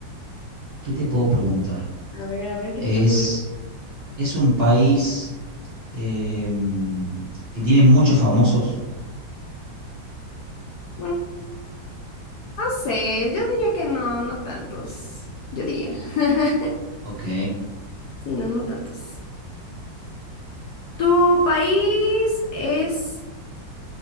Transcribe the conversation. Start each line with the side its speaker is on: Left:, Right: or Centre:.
Right: ¿qué te puedo preguntar?
Left: a ver, a ver, ¿qué
Right: ¿Es,
Left: se te ocurrió.
Right: es un país em, que tiene muchos famosos?
Left: Mm, No sé, yo diría que no, no tantos. Yo diría. <laughs>
Right: Ok.
Left: Sí, no, no tantos. ¿Tu país es,